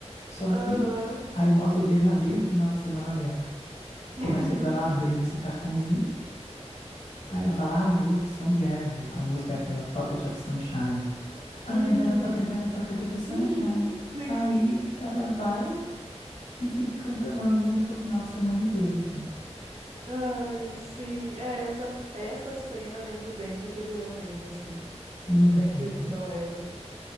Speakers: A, on the left (about 70°); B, on the right (about 60°).
A: só
B: Aham.
A: que aí mostra o verdadeiro final de semana dela.
B: <laughs>
A: Começa com ela abrindo esse cartãozinho, aí ela fala, I worked song ever. A música é aquela Pocket of Sunshine. I
B: Uhum.
A: got a pocket, got a pocket of sunshine.
B: Uhum. Sim.
A: Aí
B: <laughs>
A: ela vai e fica cantando a música o final de semana inteiro, assim.
B: Ai, sim. É, essa, essa cena eu lembro bem porque virou meme, assim.
A: Uhum,
B: Sempre usam ela.